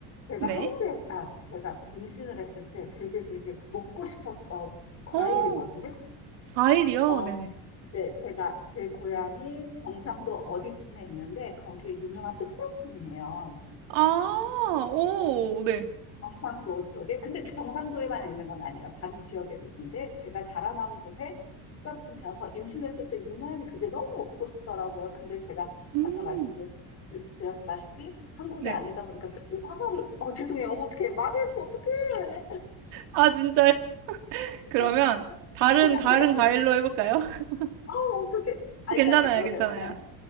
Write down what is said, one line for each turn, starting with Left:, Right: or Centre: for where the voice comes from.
Left: 제가
Right: 네.
Left: 한국에, 아, 제가 임신을 했을 때 되게 되게 먹고 싶었던 과일이거든요.
Right: 어, 과일이요?
Left: 어,
Right: 네네.
Left: 네, 제가 제 고향이 경상도 어디쯤에 있는데 거기에 유명한 특산품이에요.
Right: 아, 오, 네.
Left: 경상도 쪽에. 근데 경상도에만 있는 건 아니에요. 다른 지역에도 있는데 제가 자라난 곳에 특산품이어서 임신했을 때 유난히 그게 너무 먹고 싶더라고요. 근데 제가
Right: 음,
Left: 아까 말씀드렸다시피 한국이
Right: 네.
Left: 아니다 보니까 그 사과를 어 죄송해요. 어머 어떡해. 말을 했어. 어떡해.
Right: 아, 진짜. <laughs> 그러면,
Left: 어,
Right: 다른,
Left: 그냥
Right: 다른
Left: 제가 갔거
Right: 과일로 해볼까요? <laughs>
Left: 아 어떡해. 아
Right: 괜찮아요,
Left: 일단 이거
Right: 괜찮아요.
Left: 제가 스토리